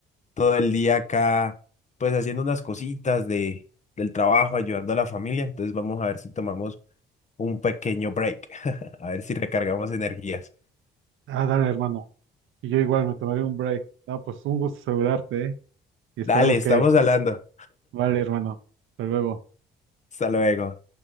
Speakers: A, on the left; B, on the right.
A: todo el día acá, pues haciendo unas cositas de, del trabajo, ayudando a la familia. Entonces vamos a ver si tomamos un pequeño break, <laughs> a ver si recargamos energías.
B: Ah, dale, hermano. Y yo igual me tomaré un break. No, pues un gusto saludarte, ¿eh? Y esperemos
A: Dale, estamos
B: que
A: hablando.
B: Vale, hermano. Hasta luego.
A: Hasta luego.